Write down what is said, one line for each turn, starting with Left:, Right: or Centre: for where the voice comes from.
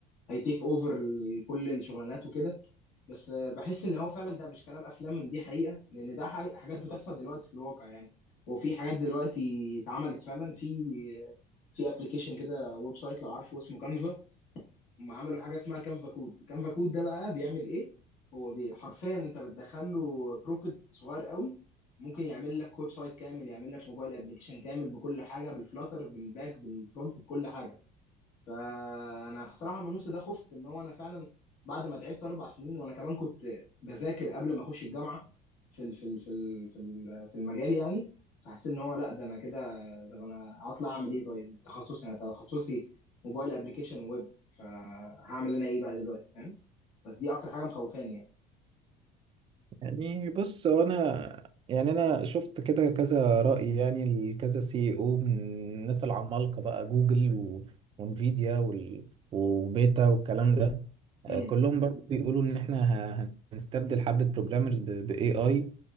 Left: هيتيك اوفر كل الشغلانات وكده بس آه، بحس ان هو فعلا ده مش كلام افلام ان دي حقيقه لان ده حقيقة حاجات بتحصل دلوقتي في الواقع يعني وفي حاجات دلوقتي اتعملت فعلا في في ابلكيشن كده ويب سايت لو عارفه اسمه كانفا هم عملوا حاجه اسمها كانفا كود كانفا كود ده بقى بيعمل ايه هو بي حرفيا انت بتدخل له بروبت صغير قوي ممكن يعمل لك ويب سايت كامل يعمل لك موبايل ابلكيشن كامل بكل حاجه بالفلاتر بالباك بالفرونت بكل حاجه فانا بصراحه لما شفت ده خفت ان هو انا فعلا بعد ما تعبت اربع سنين وانا كمان كنت بذاكر قبل ما اخش الجامعه في ال في ال في ال في ال- في المجال يعني فحسيت ان هو لا ده انا كده طب انا هطلع اعمل ايه طيب تخصصي انا تخصصي موبايل ابلكيشن ويب فهعمل انا ايه بقى دلوقتي فاهم بس دي اكتر حاجه مخوفاني
Right: يعني بص هو انا يعني انا شفت كده كذا رأي يعني لكذا سي او من الناس العمالقة بقى جوجل و... وانفيديا وال... وبيتا والكلام ده
Left: يعني
Right: آه، كلهم برضه بيقولوا ان احنا ه... هنستبدل حبة بروجرامرز ب... باي اي